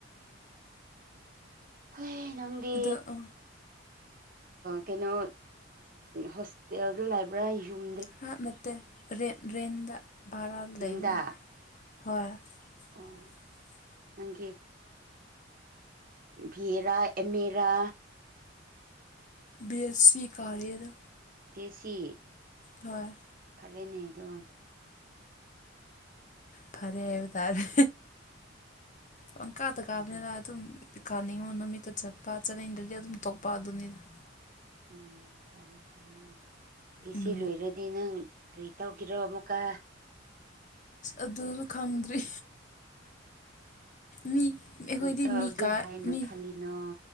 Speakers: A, on the right; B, on the left.
A: ꯍꯣꯏꯍꯦ ꯅꯪꯗꯤ
B: ꯑꯗꯣ ꯑ
A: ꯀꯩꯅꯣ ꯍꯣꯁꯇꯦꯜꯗ ꯂꯩꯕ꯭ꯔꯥ ꯌꯨꯝ
B: ꯍꯥ ꯅꯠꯇꯦ ꯔꯦꯟ ꯔꯦꯟꯗ ꯚꯔꯥ
A: ꯌꯨꯝꯗ
B: ꯂꯩꯕꯅꯤ ꯍꯣꯏ <unintelligible>
A: ꯑꯣ ꯅꯪꯒꯤ ꯚꯤꯔꯥ ꯑꯃꯦꯔꯥ
B: ꯕꯤ ꯑꯦꯁꯤ ꯀꯔꯤꯌꯦ ꯗ
A: ꯑꯦꯁꯤ
B: ꯍꯣꯏ
A: ꯐꯔꯦꯅꯦ ꯑꯗꯣ
B: ꯐꯔꯦ ꯍꯥꯏꯕ ꯇꯔꯦ ꯄꯡꯀꯥꯞ
A: ꯐꯔꯦ
B: ꯀꯥꯞꯄꯦꯅ ꯑꯗꯨꯝ ꯀꯥꯅꯤꯡꯉꯣ ꯅꯨꯃꯤꯠꯇ ꯆꯠꯄ ꯆꯠꯂꯅꯤꯡꯗ꯭ꯔꯗꯤ ꯑꯗꯨꯝ ꯇꯣꯛꯄ ꯑꯗꯨꯅꯤꯗ
A: ꯎꯝ ꯐꯔꯦ ꯐꯔꯦ ꯐꯁꯤ
B: ꯎꯝ
A: ꯂꯣꯏꯔꯗꯤ ꯅꯪ ꯀꯔꯤ ꯇꯧꯀꯦꯔꯣ ꯑꯃꯨꯛꯀ
B: ꯑꯗꯨꯗꯣ ꯈꯪꯗ꯭ꯔꯤ ꯃꯤ ꯑꯩꯈꯣꯏꯗꯤ
A: ꯀꯩ ꯇꯧꯒꯦ
B: ꯃꯤ ꯀꯥ
A: ꯍꯥꯏꯅ
B: ꯃꯤ
A: ꯈꯜꯂꯤꯅꯣ